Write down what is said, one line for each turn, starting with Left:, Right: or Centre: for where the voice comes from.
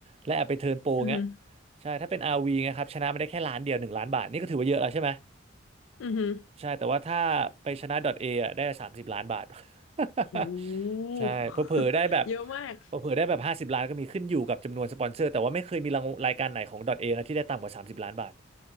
Right: และแอบไปเทิร์นโปรเงี้ย
Left: อือฮึ
Right: ใช่ถ้าเป็น RV เงี้ยครับชนะมาได้แค่ล้านเดียวหนึ่งล้านบาทนี่ก็ถือว่าเยอะแล้วใช่ไหม
Left: อือฮึ
Right: ใช่แต่ว่าถ้าไปชนะ .A อ่ะได้สามสิบล้านบาท
Left: โห
Right: <laughs>
Left: <laughs>
Right: ใช่เผลอๆได้แบบ
Left: เยอะมาก
Right: เผลอๆได้แบบห้าสิบล้านก็มีขึ้นอยู่กับจำนวนสปอนเซอร์แต่ว่าไม่เคยมีรางรายการไหนของ .A นะที่ได้ต่ำกว่าสามสิบล้านบาท